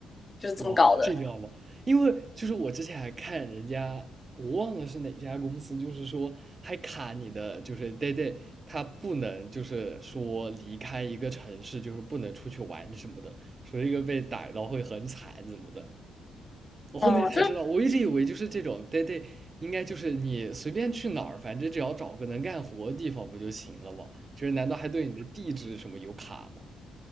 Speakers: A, on the left; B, on the right.
A: 就是这么搞的。
B: 哇，这样好不好因为就是我之前还看人家，我忘了是哪家公司，就是说还卡你的，就是 day day，他不能就是说离开一个城市，就是不能出去玩什么的，说一个被逮到会很惨怎么的。我后面才知道，
A: 嗯，就是
B: 我一直以为就是这种 day day，应该就是你随便去哪儿，反正只要找个能干活的地方不就行了吗？就是难道还对你的地址什么有卡吗？